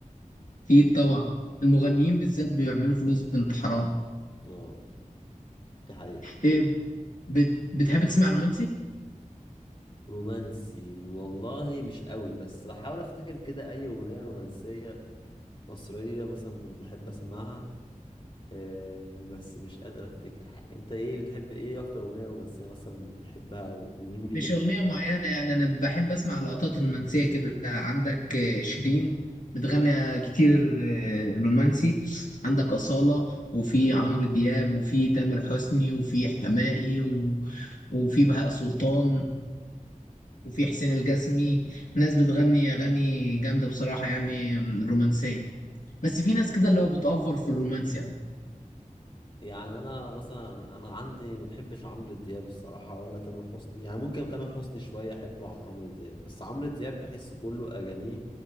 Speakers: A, on the left; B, on the left.
A: في طبعا المغنيين بالذات بيعملوا فلوس بنت حرام
B: اه دي حقيقة
A: إيه بت... بتحب تسمع رومانسي
B: رومانسي والله مش قوي بس بحاول افتكر كده اي اغنية رومانسية مصرية مثلا كنت بحب اسمعها آه بس مش قادر افتكر حاجة انت ايه بتحب ايه اكتر اغنية رومانسية مثلا بتحبها ومين
A: مش أغنية معينة يعني أنا بحب أسمع لقطات رومانسية كده عندك آه، شيرين بتغني كتير آه، رومانسي عندك أصالة وفي عمرو دياب وفي تامر حسني وفي حماقي و... وفي بهاء سلطان وفي حسين الجسمي ناس بتغني أغاني جامدة بصراحة يعني آم، رومانسية بس في ناس كده اللي هو بتأفور في الرومانسي أوي
B: يعني انا مثلا انا عندي ما بحبش عمرو دياب الصراحه ولا تامر حسني يعني ممكن تامر حسني شويه احبه عن عمرو دياب بس عمرو دياب بحس كله اغانيه